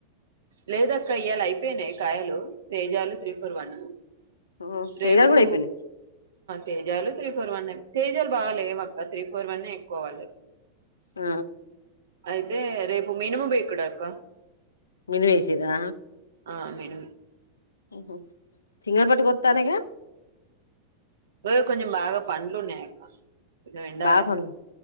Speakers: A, on the right (about 60°); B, on the left (about 70°).
A: లేదక్కా ఇయ్యాల అయిపోయింది కాయలు తేజాలు త్రీ ఫోర్ వన్
B: ఉమ్ తేజ
A: రేపు
B: కూడా అయిపోయినాయి
A: తేజాలు త్రీ ఫోర్ వన్ అ తేజాలు బాగాలే మక్క త్రీ ఫోర్ వన్ ఎక్కువాలి
B: ఆ
A: అయితే రేప్ భూమి నుము బేక్డా అక్క
B: మేణువు వేసిర్ర
A: ఆ మేడం
B: ఓహ సింగారపటకి వస్తానిగా
A: అో కొంచం బాగా పండ్లునకా ఉండాలి
B: బాగా పండు